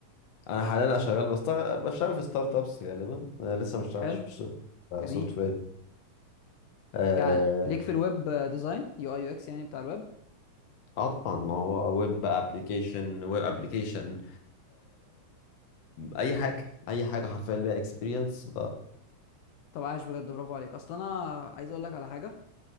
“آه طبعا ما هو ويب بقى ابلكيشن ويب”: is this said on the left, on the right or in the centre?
Left